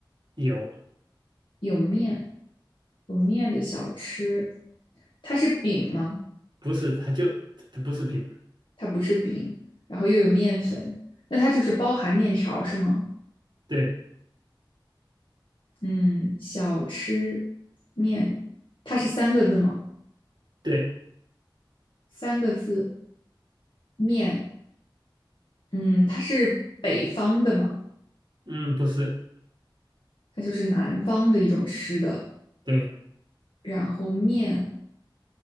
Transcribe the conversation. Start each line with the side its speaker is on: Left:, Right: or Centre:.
Right: 有
Left: 有面，有面的小吃，它是饼吗？
Right: 不是它就它不是饼。
Left: 它不是饼，然后又有面粉，那它就是包含面条是吗？
Right: 对
Left: 嗯，小吃面，它是三个字吗？
Right: 对，
Left: 三个字面，嗯，它是北方的吗？
Right: 嗯，不是
Left: 它就是南方的一种吃的。
Right: 对。<laughs>
Left: 然后面，